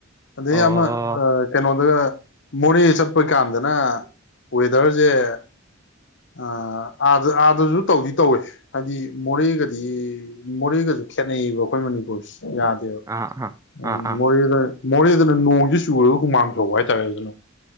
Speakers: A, on the left; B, on the right.
A: ꯑꯗ
B: ꯑꯣ
A: ꯌꯥꯝꯃ
B: ꯑꯥ
A: ꯀꯩꯅꯣ ꯑꯗꯨꯒ ꯃꯣꯔꯦ ꯆꯠꯄ ꯀꯥꯟꯗꯅ ꯋꯦꯗꯔꯁꯦ ꯑꯥꯗ ꯑꯥꯗꯁꯨ ꯇꯧꯗꯤ ꯇꯧꯋꯦ ꯍꯥꯏꯗꯤ ꯃꯣꯔꯦꯒꯗꯤ ꯃꯣꯔꯦꯒꯁꯨ ꯈꯦꯠꯅꯩꯕ ꯑꯩꯈꯣꯏ ꯃꯅꯤꯄꯨꯔ ꯄꯨꯁ ꯌꯥꯗꯕ
B: ꯑꯥ
A: ꯎ
B: ꯑꯥ ꯑꯥ
A: ꯃꯣꫪꯦꯗ ꯃꯣꯔꯦꯗꯅ ꯅꯣꯡꯁꯤ ꯆꯨꯔꯒ ꯍꯨꯃꯥꯡ ꯁꯧꯕ ꯍꯥꯏꯇꯥꯔꯦ ꯑꯗꯨꯅ